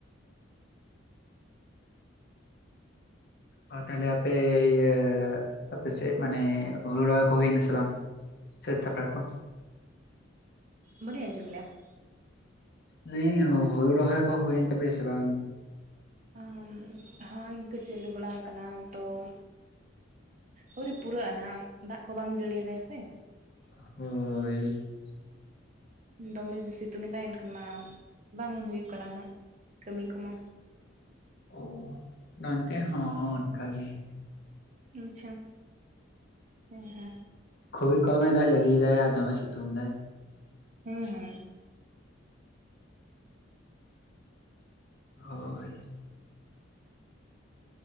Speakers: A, on the left (about 50°); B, on the right (about 35°).
A: ᱚ ᱛᱟᱦᱞᱮ ᱟᱯᱮ ᱤᱭᱟᱹ, ᱟᱯᱮ ᱥᱮᱫ ᱢᱟᱱᱮ ᱦᱩᱲᱩ ᱨᱚᱦᱚᱭ ᱠᱚ ᱦᱩᱭᱮᱱᱟ ᱥᱮ ᱵᱟᱝ? ᱥᱟᱹᱛ ᱛᱷᱟᱠᱟ ᱠᱚ
B: ᱵᱟᱞᱤᱧ ᱟᱡᱚᱢ ᱞᱮᱜ-ᱟ ᱾
A: ᱞᱟᱹᱭᱮᱤᱧ ᱦᱩᱲᱩ ᱨᱚᱦᱚᱭ ᱠᱚ ᱦᱩᱭᱮᱱ ᱛᱟᱯᱮᱭᱟ ᱥᱮ ᱵᱟᱝ?
B: ᱩᱸ ᱦᱚᱸᱧ ᱤᱱᱠᱟᱹ ᱪᱟᱹᱞᱩ ᱵᱟᱲᱟ ᱟᱠᱟᱱᱟ ᱛᱚᱢ ᱟᱹᱣᱨᱤ ᱯᱩᱨᱟᱹᱜ ᱱᱟᱸᱜ ᱫᱟᱜ ᱠᱚ ᱵᱟᱝ ᱡᱟᱹᱲᱤᱭ ᱫᱟᱭ ᱥᱮ ᱾
A: ᱦᱚᱭ ᱾
B: ᱫᱚᱢᱮ ᱥᱤᱛᱩᱝ ᱮᱫᱟᱭ, ᱮᱱᱠᱷᱟᱱ ᱢᱟ ᱵᱟᱝ ᱦᱩᱭᱩᱜ ᱠᱟᱱᱟ ᱦᱟᱸᱜ ᱾ ᱠᱟᱹᱢᱤ ᱠᱚᱢᱟᱼᱼ
A: ᱚ ᱱᱚᱱᱛᱮ ᱦᱚᱸ ᱚᱱᱠᱟ ᱜᱮ ᱾
B: ᱟᱪᱪᱷᱟ, ᱦᱮᱸ ᱦᱮᱸ ᱾
A: ᱠᱷᱩᱵᱤ ᱠᱚᱢᱮ ᱫᱟᱜ ᱡᱟᱹᱲᱤᱭᱮᱫᱟᱭ ᱟᱨ ᱫᱚᱢᱮ ᱥᱤᱛᱩᱝ ᱫᱟᱭ ᱾
B: ᱦᱩᱸ ᱦᱩᱸ
A: ᱦᱚᱭ ᱾